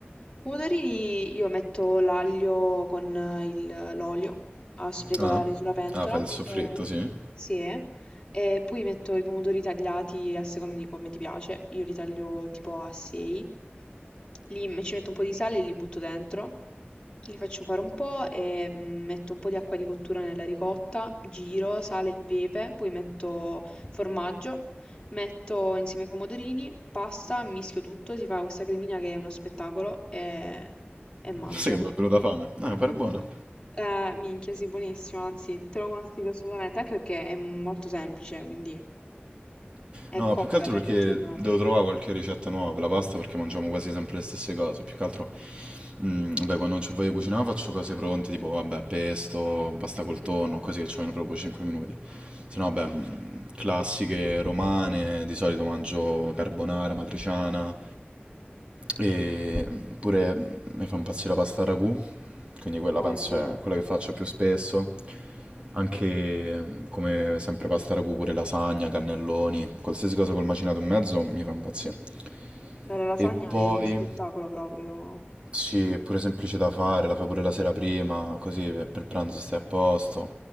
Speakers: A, on the left; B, on the right.
A: Pomodorini io metto l'aglio con eh, il- l'olio a sfregolare
B: Ah,
A: sulla pentola.
B: ah, fai il soffritto,
A: eh,
B: sì.
A: sì, eh. E poi metto i pomodori tagliati a seconda di come ti piace. Io li taglio tipo a 6 li me- ci metto un po' di sale e li butto dentro, li faccio fare un po' e mm, metto un po' di acqua di cottura nella ricotta, giro, sale e pepe, poi metto formaggio, metto insieme i pomodorini, pasta, mischio tutto, si fa questa cremina che è uno spettacolo e, e mangio.
B: Sai che mi è venuta fame? No, mi pare buono.
A: Eh, minchia, sì, buonissimo, anzi, te lo consiglio assolutamente, anche perché è molto semplice, quindi è
B: No,
A: comoda
B: più che altro
A: per
B: perché
A: le giornate.
B: devo trovare qualche ricetta nuova per la pasta perché mangiamo quasi sempre le stesse cose. Più che altro, mm, vabbè, quando non c'ho voglia di cucinare faccio cose pronte, tipo, vabbè, pesto, pasta col tonno, così che ci vogliono proprio 5 minuti. Se no, vabbè, mm, classiche romane, di solito mangio carbonara, matriciana, e pure mi fa impazzire la pasta ragù, quindi quella
A: Ah,
B: penso
A: è vero.
B: è quella che faccio più spesso. Anche mm, come sempre pasta ragù, pure lasagna, cannelloni, qualsiasi cosa col macinato in mezzo mi fa impazzire.
A: Beh, la lasagna
B: E poi,
A: è uno spettacolo proprio.
B: sì, è pure semplice da fare, la fai pure la sera prima, così per per pranzo stai a posto.